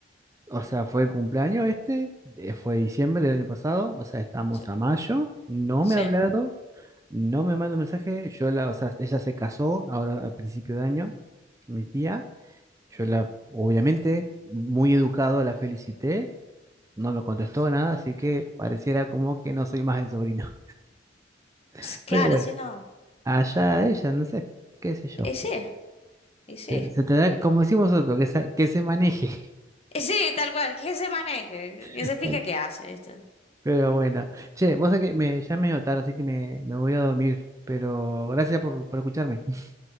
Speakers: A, on the right; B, on the left.
A: O sea, fue el cumpleaños este, eh, fue diciembre del año pasado, o sea, estamos
B: Sí.
A: a mayo, no
B: Sí.
A: me ha hablado, no me manda mensaje, yo la, o sea, ella se casó ahora a principio de año, mi tía, yo la, obviamente, muy educado la felicité, no me contestó nada, así que pareciera como que no soy más el sobrino. <laughs>
B: Sí, Claro,
A: Pero bueno,
B: sí, no.
A: allá ella, no sé, qué sé yo.
B: Y sí, y sí.
A: Se tendrá- como decimos nosotros, que se, que se maneje.
B: Y sí, <laughs> tal cual, que se maneje, que
A: <laughs>
B: se fije qué hace, ¿viste? <laughs>
A: Pero bueno, che, vos sabés que me, ya es medio tarde, así que me, me voy a dormir. Pero gracias por, por escucharme. <laughs>